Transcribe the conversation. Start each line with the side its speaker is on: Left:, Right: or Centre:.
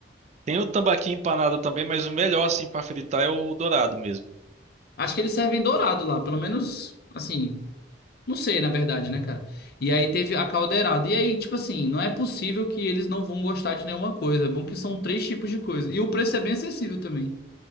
Right: Tem o tambaqui empanado também, mas o melhor, assim, pra fritar é o dourado mesmo.
Left: Acho que eles servem dourado lá, pelo menos, assim, não sei, na verdade, né, cara? E aí teve a caldeirada. E aí, tipo assim, não é possível que eles não vão gostar de nenhuma coisa. É bom que são três tipos de coisa. E o preço é bem acessível também.